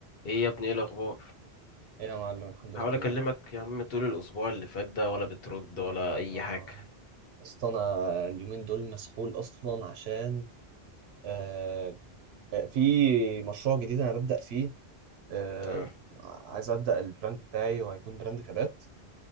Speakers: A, on the left; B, on the right.
A: ايه يا ابني ايه الاخبار
B: ايه يا معلم الحمد
A: حاول
B: لله تمام
A: اكلمك يا عم طول الاسبوع اللي فات ده ولا بترد ولا اي
B: اه
A: حاجه
B: اصل انا اليومين دول مسحول اصلا عشان آه آه، في مشروع جديد انا ببدأ فيه آه
A: اه
B: عايز ابدأ البراند بتاعي وهيكون براند كبات